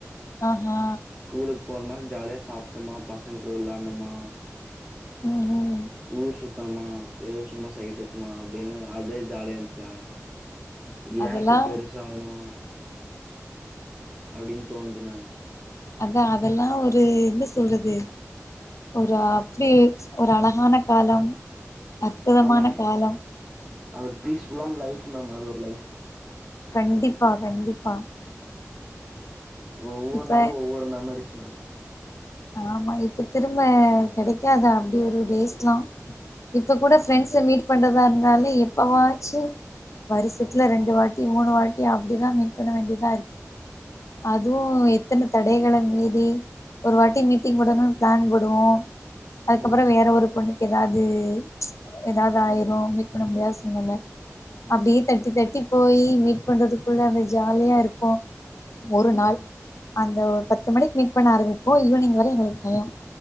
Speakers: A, on the left; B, on the right.
A: ஆ ஹா
B: ஸ்கூலுக்கு போனோமா ஜாலியா சாப்ட்டோம பசங்க கூட வெள்ளடோமா
A: ம் ம்
B: ஊர் சுத்துனமா ஏதோ சும்மா சைட்டு ஆட்ச்சுமா அப்டின்னு அதே ஜாலியா இருந்துச்சுரா ஏ
A: அதெல்லா
B: இப்ப பெருசாவணு அப்டின் தோண்து மேம்
A: அதா அதெல்லா ஒரு என்ன சொல்றது ஒரு அப்டி ஒரு அழகான காலம் அற்புதமான
B: ஆமா மேம்
A: கால
B: அது ஒரு பீஸ்ஃபுல்லான லைஃப் மேம் அது ஒரு லைஃப்
A: கண்டிப்பா கண்டிப்பா
B: ஒவ்வொரு
A: இப்ப
B: நாளு ஒவ்வொரு மெமரிஸ் மேம்
A: ஆமா இப்ப திரும்ப கெடைக்காத அப்டி ஒரு டேஸ்லா இப்ப கூட
B: ஆமா
A: ஃப்ரெண்ட்ஸ மீட் பண்றதா இருந்தாலே எப்பவாச்சு வருசத்துல
B: ம்
A: ரெண்டு வாட்டி மூணு வாட்டி அப்டிதா மீட பண்ண வேண்டியதா இருக் அதுவு எத்தன தடைகள மீறி ஒரு வாட்டி மீட்டிங் போடணும்னு பிளான் போடுவோ அதுக்கப்றோ
B: ம் ம்
A: வேற ஒரு பொண்ணுக்கு ஏதாது ஏதாது ஆயிரும் மீட் பண்ண முடியாது சூழ்நெல
B: ஆமா
A: அப்டியே தட்டி தட்டி போய் மீட் பண்றதுக்குள்ள அந்த ஜாலியா இருப்போ ஒரு
B: ம்
A: நாள் அந்த ஒ பத்து மணிக்கு மீட் பண்ண ஆரம்பிப்போ ஈவினிங் வர எங்களுக்கு டயோ